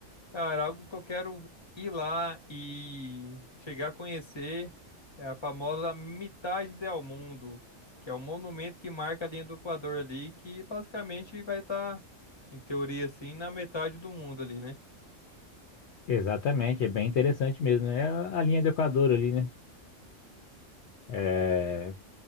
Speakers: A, on the left; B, on the left.
A: Cara, algo que eu quero ir lá e chegar a conhecer é a famosa Mitad del Mundo, que é um monumento que marca a linha do Equador ali, que basicamente vai estar, em teoria, assim, na metade do mundo ali, né?
B: Exatamente, é bem interessante mesmo, né? É a a linha do Equador ali, né? É,